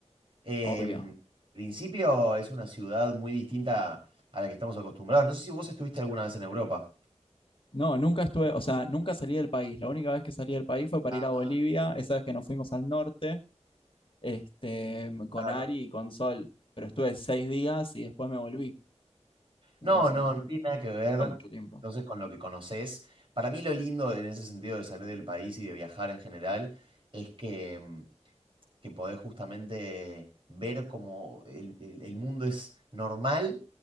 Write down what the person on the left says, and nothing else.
Obvio.
No, nunca estuve, o sea, nunca salí del país. La única vez que salí del país fue para
ir a Bolivia, esa vez que nos fuimos al norte este, con
Ari y con Sol, pero estuve seis días y después me volví, entonces
no fue mucho tiempo.